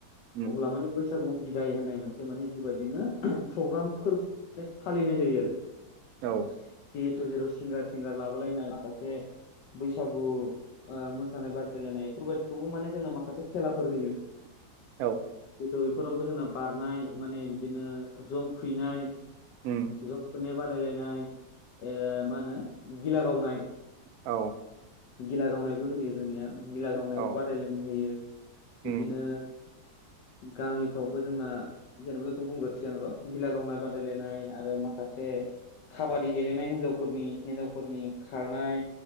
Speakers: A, on the right; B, on the left.
A: उम
B: अब्ला माने बैसागु बिदाय होननाय मोनसे माने बेफोरबायदिनो प्रग्रामफोर फालिनाय नाय जायो आरो
A: औ
B: जिहेथु जेराव सिंगार थिंगार लाबोलायनाय माखासे बैसागु मोसानाय बादायलायनाय बेफोरबायदिखौबो माने जोंङो माखासे खेलाफोर होयो
A: <inaudible>
B: हयथ' बेफोरावबो जोंना बारनाय माने बिदिनो जं खुबैनाय
A: उम
B: जं खुबैनाय बादायलायनाय मा होनो गिला गावनाय
A: औ
B: गिला गावनायबो होयो जोंनिया गिला गावनायावबो
A: औ
B: बादायलायनाय होयो
A: उम
B: बिदिनो गामिफ्रावबो जोंना जेनेबा बेखौ बुंग्रोसै आं र' गिला गावनाय बादायलायनाय आरो माखासे खाबादि गेलेनाय हिन्जावफोरनि हिन्जावफोरनि खारनाय